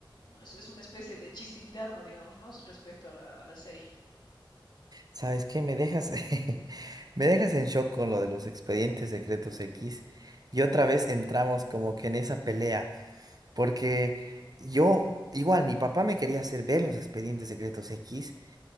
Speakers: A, on the left; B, on the right.
A: No, es, es una especie de chiste interno, digamos, ¿no? Respecto a la, a la serie.
B: ¿Sabes qué? Me dejas, <laughs> me dejas en shock con lo de los expedientes secretos X. Y otra vez entramos como que en esa pelea, porque yo, igual, mi papá me quería hacer ver los expedientes secretos X.